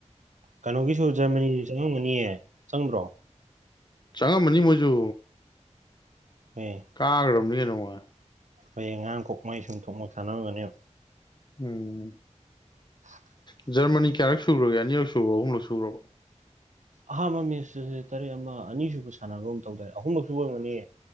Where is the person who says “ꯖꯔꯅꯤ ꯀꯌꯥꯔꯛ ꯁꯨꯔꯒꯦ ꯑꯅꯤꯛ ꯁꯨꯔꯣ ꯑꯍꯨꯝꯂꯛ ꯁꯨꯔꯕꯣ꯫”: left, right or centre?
Left